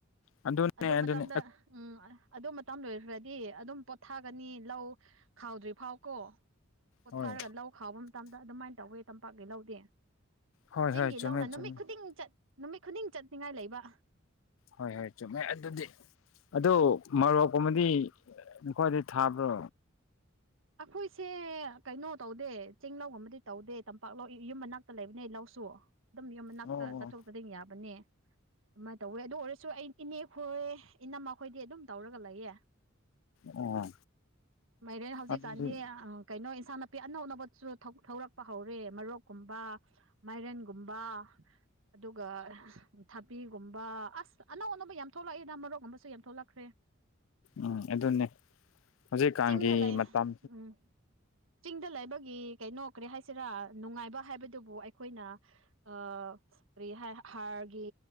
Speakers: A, on the left (about 70°); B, on the right (about 75°).
A: ꯑꯗꯨꯅꯦ
B: ꯑꯗꯨ
A: ꯑꯗꯨꯅꯦ
B: ꯃꯇꯝꯗ ꯎꯝ ꯑꯗꯨ ꯃꯇꯝ ꯂꯣꯏꯈ꯭ꯔꯗꯤ ꯑꯗꯨꯝ ꯄꯣꯊꯥꯒꯅꯤ ꯂꯧ ꯈꯥꯎꯗ꯭ꯔꯤ ꯐꯥꯎ ꯀꯣ ꯄꯣꯊꯥꯔꯒ
A: ꯍꯣꯏ
B: ꯂꯧ ꯈꯥꯎꯕ ꯃꯇꯝꯗ ꯑꯗꯨꯃꯥꯏꯅ ꯇꯧꯕꯋꯦ ꯇꯝꯄꯥꯛꯀꯤ ꯂꯧꯗꯦ
A: ꯍꯣꯏ
B: ꯆꯤꯡꯒꯤ
A: ꯍꯣꯏ ꯆꯨꯝꯃꯦ
B: ꯂꯧꯅ
A: ꯆꯨꯝꯃꯦ
B: ꯅꯨꯃꯤꯠ ꯈꯨꯗꯤꯡ ꯆꯠ ꯅꯨꯃꯤꯠ ꯈꯨꯗꯤꯡ ꯆꯠꯅꯤꯡꯉꯥꯏ ꯂꯩꯕ
A: ꯍꯣꯏ ꯍꯣꯏ ꯆꯨꯝꯃꯦ ꯑꯗꯨꯗꯤ ꯑꯗꯨ ꯃꯣꯔꯣꯛꯀꯨꯝꯕꯗꯤ ꯑꯩꯣꯏꯗꯤ ꯊꯥꯕ꯭ꯔꯣ
B: ꯑꯩꯈꯣꯏꯁꯦ ꯀꯩꯅꯣ ꯇꯧꯗꯦ ꯆꯤꯡ ꯂꯧꯒ ꯑꯃꯗꯤꯗꯤ ꯇꯧꯗꯦ ꯇꯝꯄꯥꯛ ꯂꯧ ꯌꯨꯝ ꯃꯅꯥꯛꯇ ꯂꯩꯕꯅꯦ ꯂꯧꯁꯨ ꯑꯗꯨꯝ ꯌꯨꯝ ꯃꯅꯥꯛꯇ
A: ꯑꯣ ꯑꯣ
B: ꯆꯠꯊꯣꯛ ꯆꯠꯗ ꯌꯥꯕꯅꯦ ꯑꯗꯨꯃꯥꯏꯅ ꯇꯧꯋꯦ ꯑꯗꯨ ꯑꯣꯏꯔꯁꯨ ꯑꯩ ꯏꯅꯦꯈꯣꯏ ꯏꯅꯝꯃꯈꯣꯏꯗꯤ ꯑꯗꯨꯝ ꯇꯧꯔꯒ ꯂꯩꯌꯦꯦ
A: ꯑꯣ
B: ꯃꯥꯏꯔꯦꯟ ꯍꯧꯖꯤꯛ
A: ꯑꯗꯨꯗꯤ
B: ꯀꯩꯅꯣ ꯏꯟꯥ ꯅꯥꯄꯤ ꯑꯅꯧ ꯑꯅꯧꯕꯁꯨ ꯊꯧꯔꯛꯄ ꯍꯧꯔꯦ ꯃꯔꯣꯛꯀꯨꯝꯕ ꯃꯥꯏꯔꯟꯒꯨꯝꯕ ꯑꯗꯨꯒ ꯊꯥꯕꯤꯒꯨꯝꯕ ꯑꯁ ꯑꯅꯧ ꯑꯅꯧꯕ ꯌꯥꯝ ꯊꯣꯛꯂꯛꯏꯗ ꯃꯔꯣꯛꯀꯨꯝꯕꯁꯨ ꯌꯥꯝ ꯊꯣꯛꯂꯛꯈ꯭ꯔꯦ <inaudible>
A: ꯎꯝ ꯑꯗꯨꯅꯦ ꯍꯧꯖꯤꯛꯀꯥꯟꯒꯤ
B: ꯆꯤꯡꯗ ꯂꯩ
A: ꯃꯇꯝ
B: ꯎꯝ ꯆꯤꯡꯗ ꯂꯩꯕꯒꯤ ꯀꯩꯅꯣ ꯀ꯭ꯔꯦ ꯍꯥꯏꯁꯤꯔꯥ ꯅꯨꯡꯉꯥꯏꯕ ꯍꯥꯏꯕꯗꯨꯕꯨ ꯑꯩꯈꯣꯏꯅ ꯑꯥ ꯀꯔꯤ ꯍꯥꯏ ꯍꯥꯔꯒꯤ